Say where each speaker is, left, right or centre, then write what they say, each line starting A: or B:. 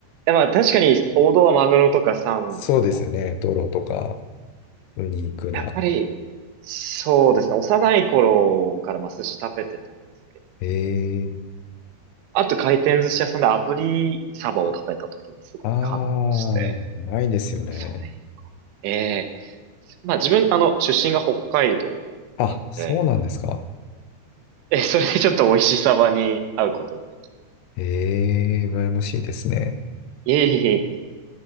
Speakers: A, on the right; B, on the left.
A: や、まあ確かに王道はマグロとかサーモンとか。
B: そうですよね。トロとか、ウニ、イクラ。
A: やっぱり、そうですね。幼い頃からまあ寿司食べてたんですけど。
B: えー、
A: あと回転寿司屋さんで炙りサバを食べた時にすごい感動して。
B: ああ、うまいですよね。
A: それ、ええまあ自分、あの、出身が北海道なので、
B: あ、そうなんですか。
A: え、それでちょっと美味しさまに会うことができて。
B: ええー、羨ましいですね。
A: いえいえいえ。